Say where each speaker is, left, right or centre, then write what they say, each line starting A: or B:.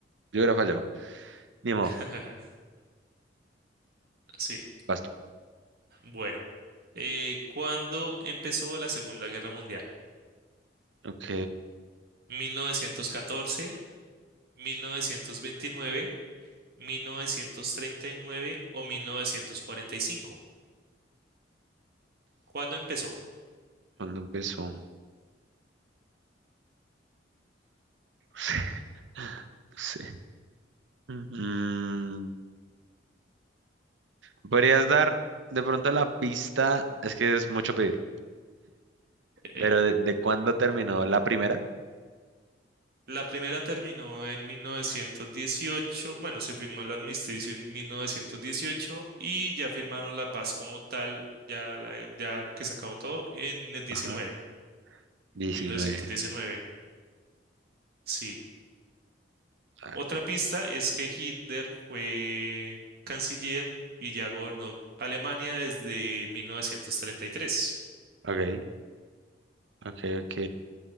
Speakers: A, on the right; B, on the right.
A: Yo hubiera fallado. Ni modo,
B: <laughs> Sí,
A: vas tú.
B: bueno. Eh, ¿cuándo empezó la Segunda Guerra Mundial?
A: Ok,
B: ¿1914, 1929, 1939 o 1945? ¿Cuándo empezó?
A: ¿cuándo empezó? <laughs> Sí. Mm, ¿Podrías dar de pronto la pista? Es que es mucho pedir,
B: Eh,
A: pero ¿de, de cuándo terminó la primera?
B: La primera terminó en 1918, bueno, se firmó el armisticio en 1918 y ya firmaron la paz como tal, ya, la- ya que se acabó todo, en el 19,
A: Ajá. diecinueve,
B: 1919, sí.
A: A ver,
B: Otra
A: qué-
B: pista es que Hitler fue canciller y ya gobernó Alemania desde 1933.
A: ok, ok, ok.